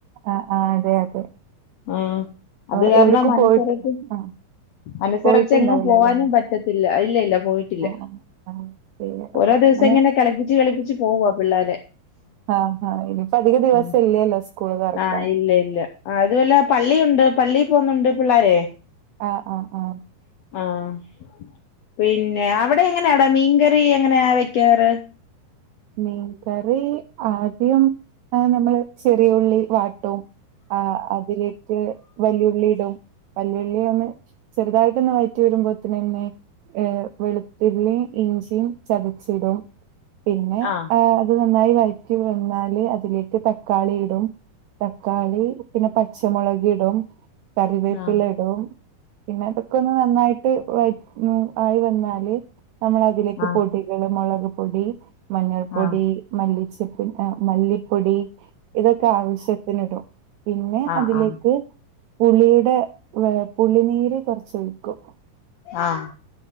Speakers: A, on the right (about 85°); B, on the left (about 80°).
A: ആഹ് ആഹ് അതെ അതെ
B: ആഹ് അത്
A: ആഹ്
B: കാരണം
A: എവിടക്ക്
B: അനുസരിച്ച്
A: പോയിട്ട് ആഹ്
B: അനുസരച്ച്
A: പോയിട്ടുണ്ടാവില്ലല്ലേ
B: എങ്ങും പോവാനും
A: ആഹ്
B: പറ്റ ത്തില്ല ഇല്ല ഇല്ല പോയിട്ടില്ല
A: ആഹ് ആഹ് ശരി അപ്പൊ
B: ഓരോ ദിവസം
A: അങ്ങനെ
B: ഇങ്ങനെ കളിപ്പിച്ച് കളിപ്പിച്ച് പോ പോ പിള്ളാരെ
A: ആഹ് ആഹ് ഇനിയിപ്പോ അധിക ദിവസം
B: ഉം
A: ഇല്ലല്ലോ സ്കൂള് തുറക്കാൻ
B: ആഹ് ഇല്ല ഇല്ല അതു അല്ല പള്ളിയുണ്ട്. പള്ളി പോകുന്നുണ്ട് പിള്ളാരെ
A: ആഹ് ആഹ് ആഹ്
B: ആഹ് പിന്നെ അവിടെ എങ്ങനെയാടാ മീൻകറി എങ്ങനെയാ വെക്കാറ്?
A: മീൻകറി ആദ്യം നമ്മള് ചെറിയ ഉള്ളി വാട്ടും ആഹ് അതിലേക്ക് വല്ലുള്ളി ഇടും വല്ലുള്ളി ഒന്ന് ചെറുതായിട്ടൊന്ന് വയറ്റി വരുമ്പോത്തിനെന്നെ ഏഹ് വെളുത്തുള്ളിം ഇഞ്ചിം ചതച്ചിടും പിന്നെ
B: ആഹ്
A: ആ അത് നന്നായി വയറ്റി വന്നാല് അതിലേക്ക് തക്കാളി ഇടും തക്കാളി പിന്നെ പച്ചമുളകിടും കറിവേപ്പില
B: ആഹ്
A: ഇടും പിന്നെ അതൊക്കെ ഒന്ന് നന്നായി ട്ട് വയ ആയി വന്നാല് നമ്മൾ അതിലേക്ക്
B: ആഹ്
A: പൊടികള് മൊളക് പൊടി മഞ്ഞൾപ്പൊടി
B: ആഹ്
A: മല്ലിച്ചപ്പ് മല്ലിപ്പൊടി ഇതൊക്കെ ആവശ്യ ത്തിന് ഇടും. പിന്നെ
B: ആഹ്
A: അതിലേക്ക്
B: ആഹ്
A: പുളിയുടെ ഏഹ് പുളിനീര് കൊർച്ച് ഒഴിക്കും
B: ആഹ്